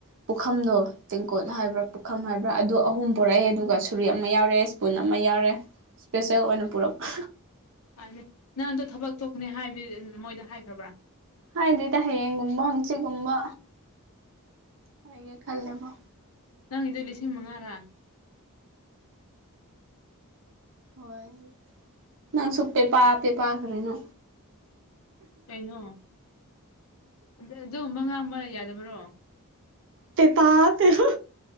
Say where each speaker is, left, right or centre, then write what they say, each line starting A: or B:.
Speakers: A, on the right; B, on the left.
A: ꯄꯨꯈꯝꯗꯣ ꯇꯦꯡꯀꯣꯠ
B: ꯑꯥ
A: ꯍꯥꯏꯕ꯭ꯔꯥ ꯄꯨꯈꯝ ꯍꯥꯏꯕ꯭ꯔꯥ ꯑꯗꯨ ꯑꯍꯨꯝ ꯄꯨꯔꯛꯑꯦ ꯑꯗꯨꯒ ꯁꯨꯔꯤ ꯑꯃ ꯌꯥꯎꯔꯦ ꯏꯁꯄꯨꯟ ꯑꯃ ꯌꯥꯎꯔꯦ ꯏꯁꯄꯤꯁꯦꯜ ꯑꯣꯏꯅ ꯄꯨꯔꯛꯄ
B: ꯍꯥꯏ ꯅꯪꯗꯣ ꯊꯕꯛ ꯊꯣꯛꯀꯅꯦ ꯍꯥꯏꯕꯗꯤ ꯃꯣꯏꯗ ꯍꯥꯏꯈ꯭ꯔꯕ꯭ꯔꯥ
A: ꯍꯥꯏꯗꯦꯗ ꯍꯥꯌꯦꯡꯒꯨꯝꯕ ꯍꯪꯁꯤꯠꯒꯨꯝꯕ ꯍꯥꯏꯒꯦ ꯈꯥꯜꯂꯦꯕꯣ
B: ꯅꯪꯒꯤꯗꯣ ꯂꯤꯁꯤꯡ ꯃꯉꯥꯔꯥ
A: ꯍꯣꯏ ꯅꯪꯁꯨ ꯄꯦꯄꯥ ꯄꯦꯄꯥ ꯀꯔꯤꯅꯣ
B: ꯀꯩꯅꯣ ꯑꯗꯨ ꯑꯗꯨꯒꯨꯝꯕ ꯉꯥꯡꯕ ꯌꯥꯗꯕ꯭ꯔꯣ
A: ꯄꯦꯄꯥ ꯄꯦꯄꯥ